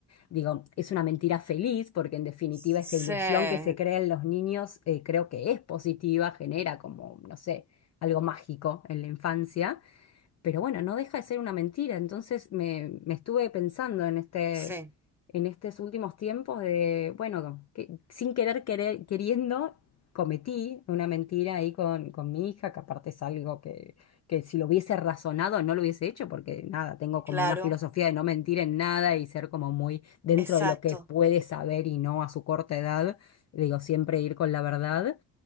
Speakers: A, on the left; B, in the centre.
A: Digo, es una mentira feliz porque en definitiva
B: sí,
A: esa ilusión que se crea en los niños eh, creo que es positiva, genera como, no sé, algo mágico en la infancia. Pero bueno, no deja de ser una mentira. Entonces me, me estuve pensando en este,
B: sí,
A: en estos últimos tiempos de, bueno, que, sin querer, querer- queriendo, cometí una mentira ahí con, con mi hija, que aparte es algo que, que si lo hubiese razonado no lo hubiese hecho, porque nada, tengo como
B: claro,
A: una filosofía de no mentir en nada y ser como muy dentro
B: exacto,
A: de lo que puede saber y no a su corta edad. Digo, siempre ir con la verdad.